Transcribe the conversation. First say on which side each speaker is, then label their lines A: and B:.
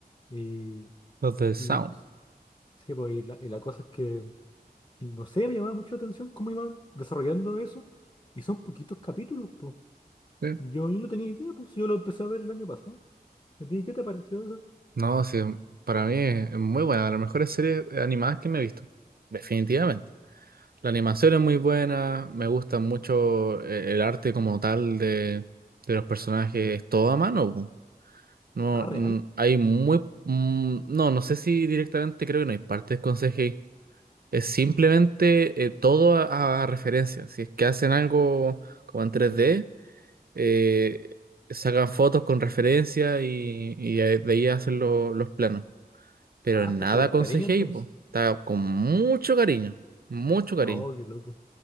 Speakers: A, on the left (about 30°); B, on the right (about 65°).
A: Y,
B: Los de Sound.
A: y no s- sí, pues, y la, y la cosa es que, no sé, me llamaba mucho la atención cómo iban desarrollando eso. Y son poquitos capítulos, pues.
B: Sí.
A: Yo, yo no tenía idea, pues yo lo empecé a ver el año pasado. ¿A ti qué te pareció eso?
B: No, sí, para mí es es muy buena, de las mejores series animadas que me he visto. Definitivamente. La animación es muy buena, me gusta mucho eh, el arte como tal de, de los personajes, es todo a mano. po. No,
A: Ah, real.
B: mm, hay muy... mm, no, no sé si directamente creo que no hay partes con CGI. Es simplemente eh, todo a, a referencia. Si es que hacen algo como en 3D, eh, sacan fotos con referencia y, y ahí- de ahí hacen lo- los planos. Pero
A: Ah,
B: nada
A: está hecho con
B: con
A: cariño
B: CGI,
A: entonces.
B: po. Está con mucho cariño. Mucho cariño.
A: Oh, qué loco.